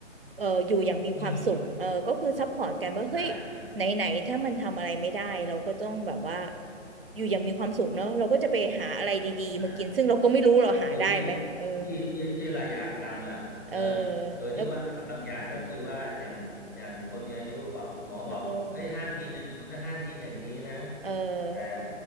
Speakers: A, on the right; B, on the left.
A: เอออยู่อย่างมีความสุขเออก็คือซัพพอร์ตกันว่าเฮ้ยไหนไหนถ้ามันทำอะไรไม่ได้เราก็ต้องแบบว่า
B: อืมใช่ใช่
A: อยู่อย่างมีความสุขเนาะเราก็จะไปหาอะไรดีๆมากินซึ่งเราก็ไม่รู้เราหาได้ไหมเออ
B: ใช่คือที่ที่ที่ที่เราอยากทำอ่ะเนอะ
A: เออ
B: โดยที่ว่าบางอย่างก็คือว่าอย่างอย่างคนมีอายุบอกหมอบอกเฮ้ยห้ามกินอย่างนู้นนะห้ามกินอย่างนี้นะ
A: แล้วเออเออ
B: แต่